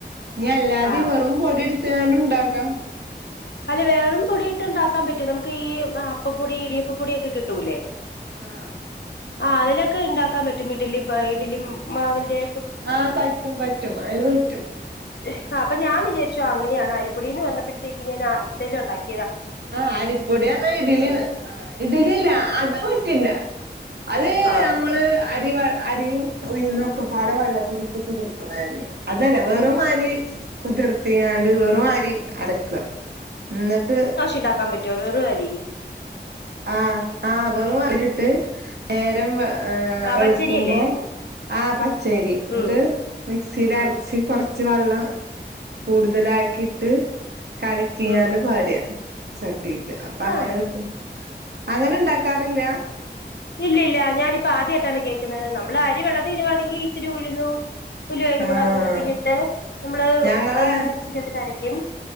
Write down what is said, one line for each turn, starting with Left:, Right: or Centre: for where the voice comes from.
Right: ഞ്ഞി അല്ലാതെ
Left: ആഹ്
Right: വെറും പൊടിടെ ത്താണ്ടു ണ്ടാക്കാ
Left: അല്ലെ വെറും പൊടി ഇട്ടുണ്ടാക്കാൻ പറ്റോ നമ്മക്ക് ഈ അപ്പപ്പൊടി, ഇടിയപ്പ പൊടിയൊക്കെ കിട്ടൂല്ലേ-
Right: ആഹ്
Left: ആഹ് അതിലൊക്കെ ഉണ്ടാക്കാൻ പറ്റും ഇഡ്ലി ഇഡ്ലിമാവിന്റെ
Right: ആഹ് പറ്റും പറ്റും അയ്ല് പറ്റും
Left: ആഹ് അപ്പഞാ വിചാരിച്ചു അങ്ങനെയാണ് അരിപ്പൊടി എന്ന് പറഞ്ഞപ്പോഴത്തേക്ക് ഞാൻ <unintelligible> ഒണ്ടാക്കി
Right: ആഹ് അരിപ്പൊടിറഞ്ഞ ഇഡ്ലി ആഹ് ഇഡ്ലി അല്ല അത് പറ്റില്ല. അതെ
Left: ആ
Right: നമ്മളെ അരി അരിയും ഉയ്ന്നൊക്കെപ്പാടെ വള്ളത്തില് <unintelligible> അതല്ല വെറും അരി കുതിർത്തിങ്ങാണ്ട് വെറും അരി അരക്ക ഇന്നട്ട്
Left: ണ്ടാക്കാം പറ്റോ വെറും അരി
Right: ആഹ് ആഹ് വെറും അരിട്ട് നേരം ഹ്
Left: ആ
Right: വെൾക്കുമ്പോ
Left: പച്ചരിയല്ലേ
Right: ആഹ് പച്ചരി ഇന്ന്ട്ട്
Left: ഉം
Right: മിക്സീലരച്ച്
Left: ഉം
Right: കൊർ ച്ച് വള്ളം കൂടുതലാക്കിട്ട് കലക്കിങ്ങാണ്ട്
Left: ഉം
Right: പാരാ ചട്ടിക്ക് അപ്പ അങ്ങനെ
Left: ആണോ
Right: കിട്ടും അങ്ങനെ ഇണ്ടാക്കാറില്ല?
Left: ഇല്ലല്ല ഞാനിപ്പ ആദ്യായിട്ടാണ് കേക്ന്നത് നമ്മള് അരി വെള്ളത്തിലിടുവാണെങ്കി ഇച്ചിരി ഉഴ്ന്നും ഉലുവയും
Right: ആഹ്
Left: കൂടെ ആ കൂട്ടത്തിലിട്ട് നമ്മള്
Right: ഞങ്ങളെ
Left: മിക്സിക്ക കത്തിട്ടരക്കും